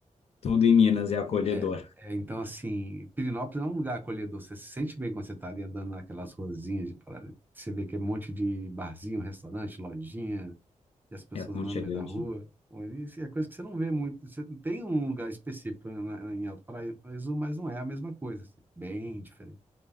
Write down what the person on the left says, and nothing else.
Tudo em Minas é acolhedor,
é aconchegante.